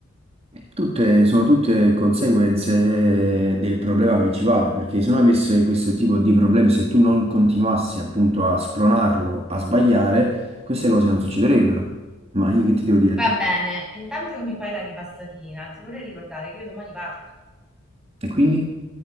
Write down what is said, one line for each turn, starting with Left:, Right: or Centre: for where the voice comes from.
Right: Tutte, sono tutte conseguenze del problema principale, perché se non avesse questo tipo di problemi, se tu non continuassi appunto a spronarlo, a sbagliare, queste cose non succederebbero. Ma io che ti devo dire
Centre: Va
Right: a te?
Centre: bene, intanto che mi fai la ripassatina, ti vorrei ricordare che io domani parto.
Right: E quindi?